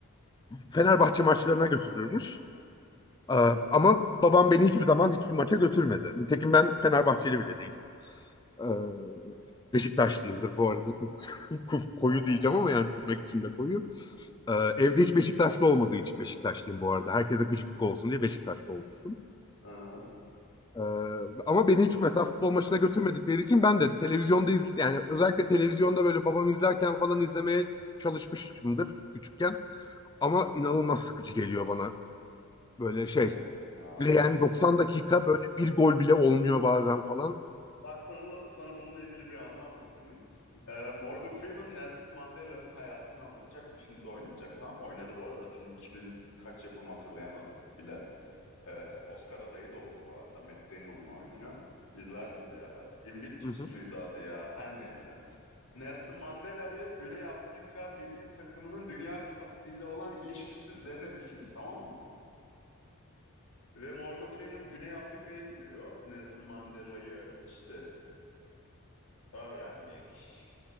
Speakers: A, on the left; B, on the left.
A: Fenerbahçe maçlarına götürürmüş. Aa,
B: Aha.
A: Ama babam beni hiçbir zaman hiçbir maça götürmedi. Nitekim ben Fenerbahçeli bile değilim. Ee, Beşiktaşlıyımdır bu arada çok <laughs> ko- koyu
B: <laughs>
A: diyeceğim ama yani tırnak içinde koyu. Ee, Evde hiç Beşiktaşlı olmadığı için Beşiktaşlıyım bu arada. Herkese gıcıklık olsun diye Beşiktaşlı olmuştum.
B: Aha.
A: Ee, ama beni hiç mesela futbol maçına götürmedikleri için ben de televizyonda izle yani özellikle televizyonda böyle babam izlerken falan izlemeye çalışmışımdır küçükken. Ama inanılmaz sıkıcı geliyor bana. Böyle şey,
B: Evet ya.
A: leğen 90 dakika böyle bir gol bile olmuyor bazen falan.
B: Bak sana, sana bununla ilgili bir anı anlatayım. Ee, Morgan Freeman Nelson Mandela'nın hayatını anlatacak bir filmde oynayacak tamam mı? Oynadı bu arada. Film 2000 kaç yapım hatırlayamadım bile. Ee, Oscar adayı da oldu bu arada. Matt Damon'la oynuyor. İzlersin bir ara. Invictus
A: Hı hı.
B: muydu adı ya? Her neyse. Nelson Mandela ve Güney Afrika milli takımının Dünya Kupası ile olan ilişkisi üzerine bir film tamam mı? Ve Morgan Freeman Güney Afrika'ya gidiyor. Nelson Mandela'yı işte öğrenmek,